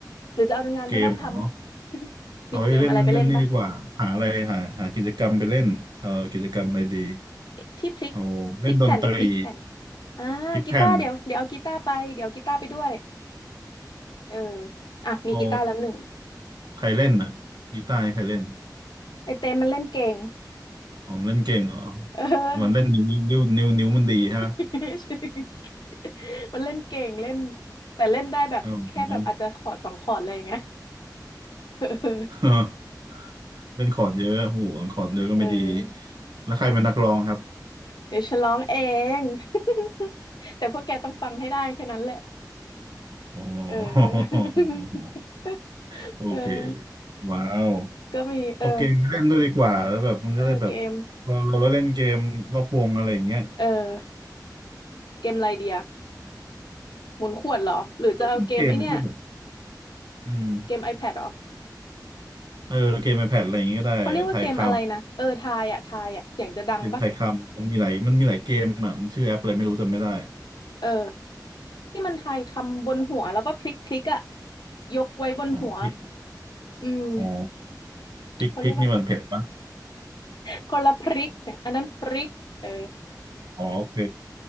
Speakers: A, on the left; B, on the right.
A: หรือจะเอางานไปนั่งทำ
B: เกมเหรอ
A: <laughs>
B: เอาไว้เล่นเล่นนี่ดีกว่าหาอะไรหาหากิจกรรมไปเล่นเอ่อกิจกรรมอะไรดี
A: มีเกมอะไรไปเล่นปะที่พลิกพลิกแผ่นพลิกแผ่น
B: เอาเล่นดนตรี
A: อ่ากีตาร์เดี๋ยวเดี๋ยวเอากีตาร์ไปเดี๋ยวเอากีตาร์ไปด้วย
B: พลิกแผ่น
A: เอออ่ะมีกีตาร์แล้วหนึ่ง
B: เอาใครเล่นอ่ะกีตาร์ให้ใครเล่น
A: ไอเต้มันเล่นเก่ง
B: อ๋อมันเล่นเก่งเหรอ
A: เออ
B: มันเล่นนิ้วนิ้วนิ้วนิ้วมันดีฮะ
A: <laughs> มันเล่นเก่งเล่นแต่เล่นได้แบบแค่แบบอาจจะขอร์ดสองขอร์ดอะไรอย่างเงี้ย
B: อ๋อ
A: <laughs>
B: <laughs> เออเล่นคอร์ดเยอะโอ้โหคอร์ดเยอะก็ไม่ดี
A: เออเออ
B: แล้วใครเป็นนักร้องครับ
A: เดี๋ยวฉันร้องเอง <laughs> แต่พวกแกต้องฟังให้ได้แค่นั้นแหละ
B: อ๋อ <laughs>
A: เออ <laughs>
B: โอเค
A: เออ
B: ว้าว
A: ก็มีเออ
B: เอาเกมไปเล่นด้วยดีกว่าแล้วแบบมันจะได้แบบ
A: เออเกม
B: เราเราเล่นเกมรอบวงอะไรอย่างเงี้ย
A: เออเกมอะไรเดียหมุนขวดเหรอหรือจะเอาเกมไอเนี้ย
B: ก็เป็นเกมที่แบบอืม
A: เกม iPad เหรอ
B: เออเกมในแพดอะไรอย่างงี้ก็ได้ไทยค
A: เขาเรียกว่าเกมอะไรนะเออทายอ่ะทายอ่ะเสียงจะดังปะ
B: ำเกมไทยคำมันมีหลายมันมีหลายเกมอ่ะมันชื่อแอปอะไรไม่รู้จำไม่ได้
A: เออที่มันทายคำบนหัวแล้วก็พลิกพลิกอ่ะยกไว้บนหัว
B: อ๋อพิก
A: อืม
B: อ๋อพิกพิกนี่มันเผ็ดปะ
A: เขาเรียกว่า <laughs> คนละพริกเนี่ยอันนั้นพริกเออ
B: อ๋อโอเค